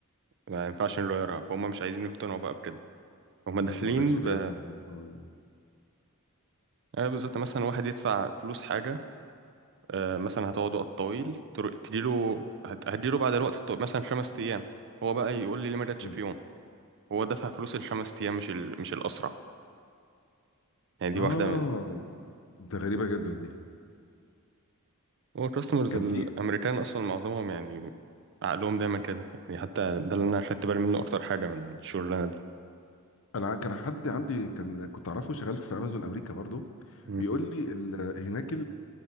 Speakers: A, on the right; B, on the left.
A: ما ينفعش نغيرها فهم مش عايزين يقتنعوا بقى بكده هم داخلين
B: حضرتك ما قريتش ليه
A: ب...
B: يا فندم اه
A: آه بالظبط مثلا واحد يدفع فلوس حاجة آه مثلا هتقعد وقت طويل تر- تديله هت- هتديله بعد الوقت الطويل مثلا خمس أيام هو بقى يقول لي ليه ما جاتش
B: كده.
A: في يوم هو دفع فلوس الخمس أيام مش ال... مش الأسرع يعني دي
B: آه،
A: واحدة من...
B: ده غريبه جدا دي
A: هو الكاستمرز
B: كان
A: الأمريكان
B: في
A: أصلا معظمهم يعني عقلهم دايما كده يعني حتى ده اللي انا خدت بالي منه اكتر حاجه من الشغلانه دي
B: انا كان حد عندي كان كنت اعرفه شغال في امازون امريكا برضو
A: امم
B: بيقول لي ال- هناك